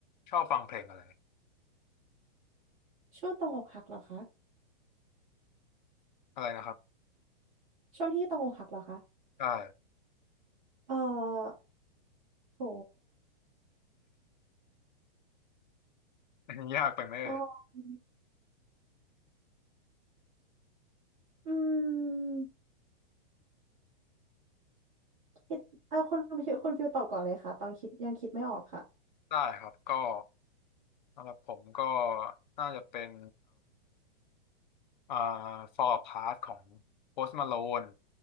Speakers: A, on the left; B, on the right.
A: ชอบฟังเพลงอะไร
B: ช่วงตรงอกหักเหรอคะ
A: อะไรนะครับ
B: ช่วงที่ตรงอกหักเหรอคะ
A: ได้
B: เออโห
A: <laughs> นนยากไปไหมเอ่ย
B: ตอนอืมคิดเออคุณ <laughs> คุณฟิลตอบก่อนเลยค่ะตอนคิดยังคิดไม่ออกค่ะ
A: ได้ครับก็สำหรับผมก็น่าจะเป็น อ่า Fall Apart ของ Post Malone